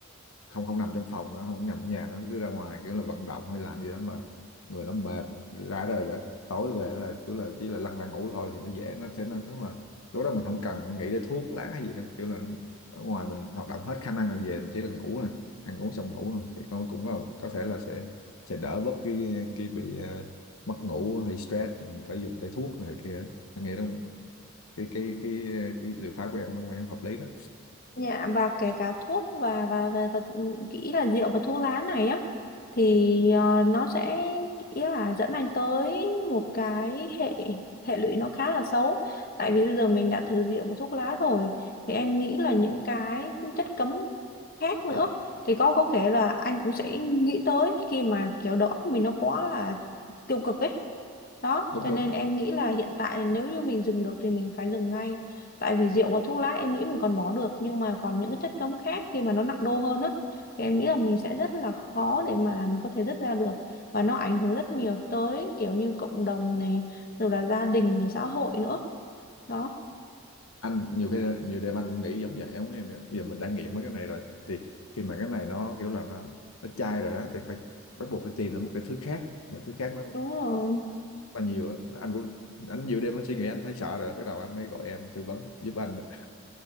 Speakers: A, on the left; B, on the left.
A: không không nằm trong phòng nó không nằm ở nhà nó cứ ra ngoài kiểu là vận động hay làm gì đó mà người nó mệt rã rời đó tối về là kiểu là chỉ là lăn ra ngủ thôi thì nó dễ nó sẽ nó đúng là lúc đó mình không cần phải nghĩ tới thuốc lá hay gì đó kiểu là ở ngoài mình hoạt động hết khả năng rồi về mình chỉ là ngủ nè ăn uống xong ngủ thôi thì con cũng có có thể là sẽ sẽ đỡ bớt cái cái bị ờ, mất ngủ hay stress mình phải dùng tới thuốc này kia anh nghĩ đó cái cái cái cái liệu pháp của em nó cũng hợp lý đó
B: dạ và kể cả thuốc và và và, và kỹ là rượu và thuốc lá này á thì ờ, nó sẽ kỹ là dẫn anh tới một cái hệ hệ lụy nó khá là xấu tại vì bây giờ mình đã thử rượu và thuốc lá rồi thì em nghĩ là những cái chất cấm khác nữa
A: cấm
B: thì có có thể là anh cũng sẽ nghĩ tới khi mà kiểu đầu óc mình nó quá là tiêu cực ấy Đó,
A: đúng
B: cho
A: đúng
B: nên
A: đúng
B: em nghĩ là hiện tại nếu như mình dừng được thì mình phải dừng ngay. Tại vì rượu và thuốc lá em nghĩ mình còn bỏ được nhưng mà còn những cái chất cấm khác khi mà nó nặng đô hơn á thì em nghĩ là mình sẽ rất là khó để mà mình có thể dứt ra được và nó ảnh hưởng rất nhiều tới kiểu như cộng đồng này, rồi là gia đình này, xã hội nữa. Đó,
A: anh nhiều khi nhiều đêm anh cũng nghĩ giống vậy em của em vậy đó. bây giờ mình đã nghiện mấy cái này rồi thì khi mà cái này nó kiểu là nó nó chai rồi đó thì phải bắt buộc phải tìm ra một cái thứ khác một cái thứ khác nó
B: đúng rồi.
A: là nhiều á anh cũng anh nhiều đêm anh suy nghĩ anh thấy sợ rồi đó. bắt đầu anh mới gọi em tư vấn giúp anh đó.